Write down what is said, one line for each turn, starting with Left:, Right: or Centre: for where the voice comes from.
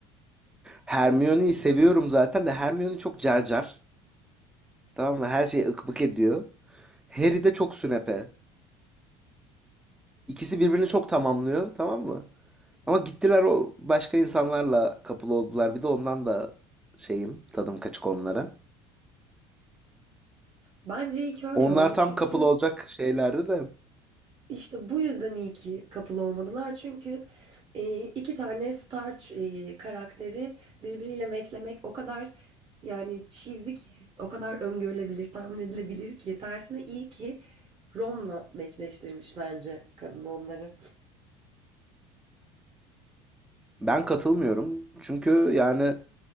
Centre: Hermione'yi seviyorum zaten de Hermione çok carcar. Tamam mı? Her şeyi ıkmık ediyor. Harry de çok sünepe. İkisi birbirini çok tamamlıyor, tamam mı? Ama gittiler o başka insanlarla kapılı oldular. Bir de ondan da şeyim, tadım kaçık onlara.
Right: Bence iyi ki öyle
Centre: Onlar
Right: oldu
Centre: tam
Right: çünkü
Centre: kapılı olacak şeylerdi de
Right: İşte bu yüzden iyi ki kapılı olmadılar. Çünkü e, iki tane star e, karakteri birbiriyle matchlemek o kadar yani cheesy ki, o kadar öngörülebilir, tahmin edilebilir ki. Tersine iyi ki Rom'la matchleştirmiş bence kadın onları.
Centre: ben katılmıyorum. Çünkü yani